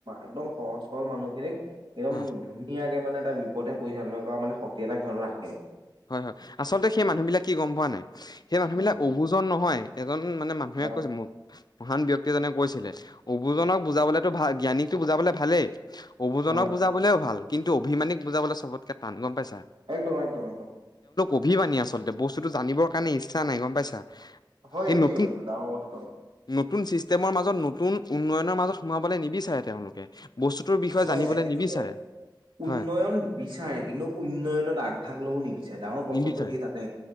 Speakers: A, on the right; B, on the left.
A: একদম সহজ। <unintelligible> মানুহখিনিক একদম
B: অ
A: ধুনীয়াকে মানে এটা বিপথে পৰিচালনা কৰা মানে এটা সিহঁত ৰাখে।
B: হয় হয়, আচলতে সেই মানুহ বিলাক কি গম পোৱা নাই? সেই মানুহ
A: উম
B: বিলাক অবুজন নহয়। উম, মানে মানুহে
A: হয়
B: কৈছে মোক, মহান ব্যক এজনে কৈছিলে, অবুজনক বুজাবলেতো ভাল, জ্ঞানীতটো বুজাবলে ভালেই অবুজনক
A: হয়
B: বুজাবলে ভাল, কিন্তু অভিমানিক বুজাবলৈ চবতকে টান গম পাইছা।
A: একদম একদম একদম।
B: অভিবানি আচলতে, বস্তুটো জানিবৰ কাৰণে ইচ্ছা নাই গম পাইছা।
A: হয়,
B: এই
A: এইটোৱেই
B: নতুন
A: ডাঙৰ কথাটো।
B: নতুন চিষ্টেমৰ মাজত নতুন উন্নয়নৰ মাজত সোমাবলৈ নিবিচাৰে তেওঁলোকে। বস্তুটোৰ বিষয়ে
A: হয়,
B: জানিবলৈ
A: তেখেতলোকে
B: নিবিচাৰে হয়
A: উন্নয়ন বিচাৰে, কিন্তু উন্নয়নত আগ ভাগ লব। <unintelligible> প্ৰশ্নটো
B: নিবিচাৰে,
A: সেই তাতে।